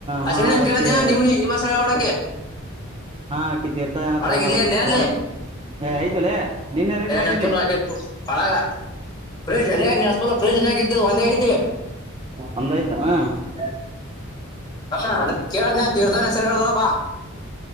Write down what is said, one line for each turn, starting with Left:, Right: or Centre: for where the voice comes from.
Right: ಹಾ
Left: ಅಸ ನೀನ್
Right: ಆಕೆ
Left: ಕೇಳಿದ್ದ ನಿಮ್ ನಿಮ್ಮ ಸ ಒಳಕ್ಕೆ
Right: ಹಾ ಕಿಿದ್ದ ಇರ್ತಾ ಏನ
Left: ಒಳಗ
Right: ತಗೊಂಡಳ
Left: ಇಲ್ಲೇ ಇಲ್ಲೇ ಅಲ್ಲಿ
Right: ತೊಂಡ ಆಯ್ತವಳೆ ನಿನ್ ಯಾರ ಇಟ್ಟ
Left: ಏನೇನ್
Right: ಬಂದೀನಿ
Left: ತುಳು ಆಕೆ ಒಳಗ ಫ್ರಿಜ್ ಅಲ್ಲೇ ನಿನ್ನ ಸ್ಕೂಲ್ ಫ್ರಿಜ್ನಾಗ ಇದ್ದಿದ್ ಒಂದೇ ಐತಿ
Right: ಒಂದ ಆಯ್ತಾನ ಯ
Left: ಹಾ ಕೇಳ ತೀರ್ತಾನ ಹೆಸರಿ ಹೇಳ್ದಪ್ಪಾ